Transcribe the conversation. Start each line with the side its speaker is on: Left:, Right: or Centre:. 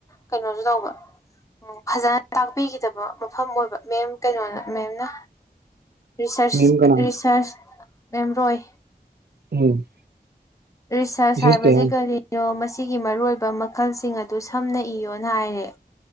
Left: ꯀꯩꯅꯣꯁꯨ ꯇꯧꯕ ꯎꯝ ꯐꯖꯅ ꯇꯥꯛꯄꯤꯈꯤꯗꯕ ꯃꯐꯝ ꯑꯣꯏꯕ ꯃꯦꯝ ꯀꯩꯅꯣꯅ ꯃꯦꯝꯅ ꯔꯤꯁꯔꯁ
Right: ꯃꯤꯡ ꯀꯅꯥ
Left: ꯔꯤꯁꯔꯁ ꯃꯦꯝꯔꯣꯏ
Right: ꯎꯝ
Left: ꯔꯤꯁꯔꯁ
Right: ꯃꯤꯁꯦꯁ
Left: ꯍꯥꯏꯕꯁꯤ
Right: ꯀꯌꯥꯝ
Left: ꯀꯔꯤꯅꯣ ꯃꯁꯤꯒꯤ ꯃꯔꯨꯑꯣꯏꯕ ꯃꯈꯜꯁꯤꯡ ꯑꯗꯨ ꯁꯝꯅ ꯏꯌꯣꯅ ꯍꯥꯏꯔꯦ